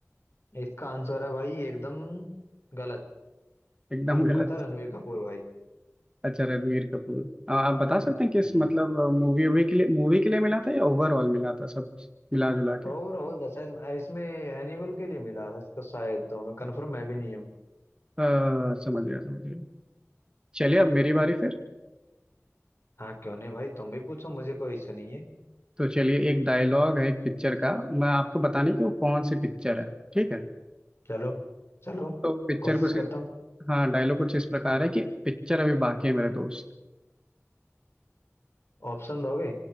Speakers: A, on the left (about 60°); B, on the right (about 20°).
A: इसका आंसर है भाई एकदम गलत
B: हैं। एकदम
A: आपका
B: गलत
A: था रणबीर कपूर भाई
B: अच्छा रणवीर कपूर अ, आप बता सकते हैं किस
A: हम्म।
B: मतलब मूवी वूवी के लिए मूवी के लिए मिला था या ओवरऑल मिला था सब मिला जुला
A: ओवरऑल
B: के
A: था शायद इसमें एनिमल के लिए मिला था इसको शायद तो मैं कंफर्म मैं भी नहीं हूँ
B: अ, समझ गया समझ गया चलिए अब मेरी बारी फिर
A: हाँ क्यों नहीं भाई तुम भी पूछो मुझे कोई इश्यू नहीं है
B: तो चलिए एक डायलॉग है एक पिक्चर का मैं आपको बताने की वो कौन सी पिक्चर है ठीक है
A: चलो चलो
B: तो पिक्चर
A: कोशिश
B: कुछ
A: करता हूँ
B: हाँ डायलॉग कुछ इस प्रकार है कि पिक्चर अभी बाकी है मेरे दोस्त
A: ऑप्शन दोगे